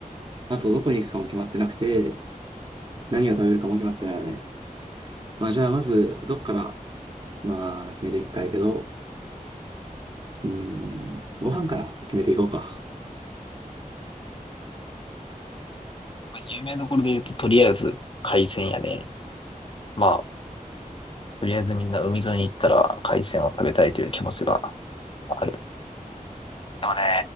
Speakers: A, on the right; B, on the left.
A: あとどこに行くかも決まってなくて、何を食べるかも決まってないよね。まあじゃあまず、どっから、まあ決めていくかやけど、うーん、ご飯から決めていこうか。
B: まあ有名どころで言うと、とりあえず海鮮やね。まあ、とりあえずみんな海沿いに行ったら海鮮を食べたいという気持ちがある。でもね、